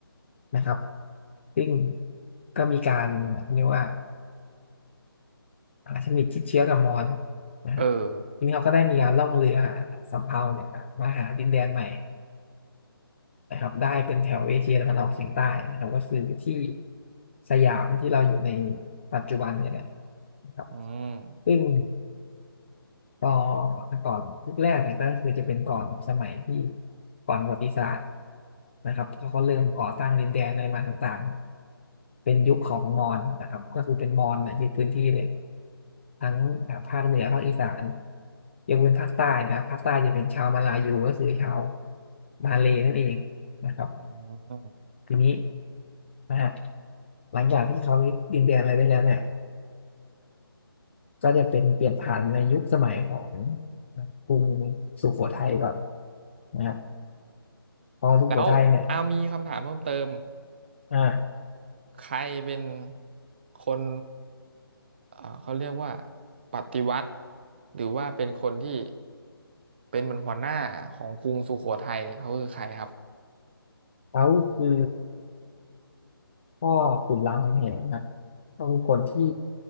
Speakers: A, on the left; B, on the right.
A: นะครับซึ่งก็มีการเขาเรียกว่าอ่าสนิทชิดเชื้อกับมอญนะฮะ
B: เออ
A: ทีนี้เขาก็ได้มีการล่องเรือสำเภาเนี่ยนะมาหาดินแดนใหม่ นะครับได้เป็นแถวเอเชียตะวันออกเฉียงใต้นะครับก็คือที่สยามที่เราอยู่ในปัจจุบันเนี่ยแหละนะครับ
B: อืม
A: ซึ่งก็ก่อนยุคแรกเนี่ยก็คือจะเป็นก่อนสมัยที่ก่อนประวัติศาสตร์นะครับเขาก็เริ่มก่อตั้งดินแดนอะไรมาต่างๆเป็นยุคของมอญนะครับก็คือเป็นมอญเนี่ยยึดพื้นที่เลยทั้งอ่าภาคเหนือภาคอีสานยกเว้นภาคใต้นะภาคใต้จะเป็นชาวมาลายูก็คือชาวมาเลย์นั่นเองนะครับ
B: อืม
A: ทีนี้นะฮะหลังจากที่เขายึดดินแดนอะไรได้แล้วเนี่ยก็จะเป็นเปลี่ยนผ่านในยุคสมัยของกรุงสุโขทัยก่อนนะครับพอสุโขทัยเนี่ย
B: แล้วอามีคำถามเพิ่มเติม
A: อ่า
B: ใครเป็นคน เอ่อเขาเรียกว่าปฏิวัติหรือว่าเป็นคนที่เป็นเหมือนหัวหน้าของกรุงสุโขทัยเนี่ยเขาคือใครครับ
A: เขาคือพ่อขุนรามคำแหงครับเขาคือคนที่